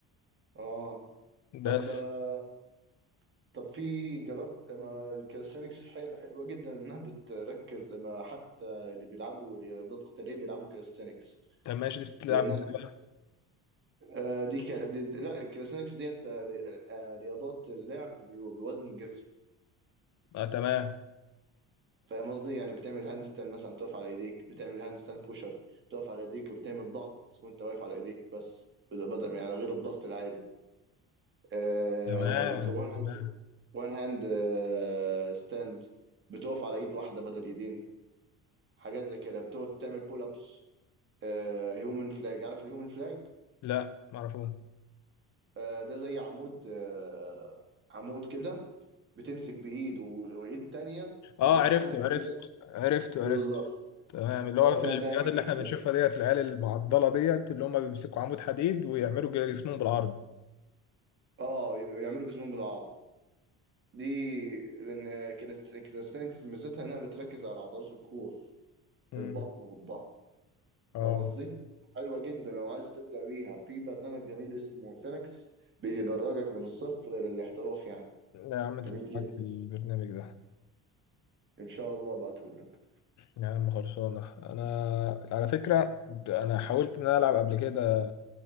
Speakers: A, on the right (about 35°); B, on the left (about 60°).
A: اه طب
B: بس
A: آه، طب في جربت ما الكاليستنكس حل- حلوه جدا انها بتركز ما حتى اللي بيلعبوا رياضات قتاليه بيلعبوا كاليستنكس
B: طب ماشي دي بتلعب
A: لان
B: ازاي بقى؟
A: آه، دي, ك... دي دي- لا الكاليستانكس ديت آه، ري- آه، رياضات اللعب بالو- بوزن الجسم
B: آه تمام
A: فاهم قصدي يعني بتعمل هاند ستاند مثلا بتقف على ايديك بتعمل هاند ستاند بوش اب بتقف على ايديك وبتعمل ضغط وانت واقف على ايديك بس بدأ بدأ يعني غير الضغط العادي آه
B: تمام
A: بت... وان
B: تمام
A: هاند وان هاند آه ستاند بتقف على ايد واحده بدل ايدين حاجات زي كده بتقف بتعمل بول ابس آه هيومن فلاج عارف الهيومن فلاج
B: لا معرفوش
A: آه ده زي عمود آه عمود كده بتمسك بايد و- وايد تانية وبتحمل
B: اه عرفته عرفت
A: بايدك
B: عرفته
A: بالظبط
B: عرفت تمام اللي هو
A: هو
B: في
A: ده
B: الفيديوهات
A: ده يوم
B: اللي
A: الفلوج
B: احنا بنشوفها ديت العيال المعضله ديت اللي هم بيمسكوا عمود حديد ويعملوا جسمهم بالعرض
A: اه ي- يعملوا جسمهم بالعرض دي لان كاليست- كاليستينكس ميزتها انها بتركز على عضلات الكور
B: امم
A: البطن والظهر
B: اه
A: فاهم قصدي؟ حلوه جدا لو عايز تبدا بيها في برنامج جميل اسمه سينكس بيدرجك من الصفر للاحتراف يعني
B: لا يا عم انت
A: جميل
B: بتاعت
A: جدا
B: البرنامج ده
A: ان شاء الله ابعتهولك
B: يا عم خلصانه انا على فكره انا حاولت ان انا العب قبل كده